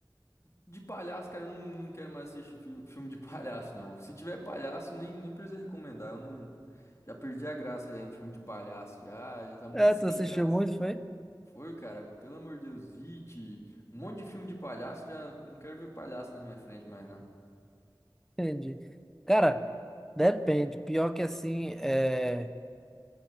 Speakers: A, on the left; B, in the centre.
A: De palhaço, cara, eu não, não quero mais assistir fi- filme de palhaço, não. Se tiver palhaço, nem, nem precisa recomendar. Eu não. Já perdi a graça já em filme de palhaço. Já, já tá muito
B: É,
A: <laughs> sem
B: tu assistiu
A: graça.
B: muito, foi?
A: Foi, cara, pelo amor de Deus, It, um monte de filme de palhaço, já não quero ver palhaço na minha frente mais, não.
B: Entendi. Cara, depende. Pior que assim, é...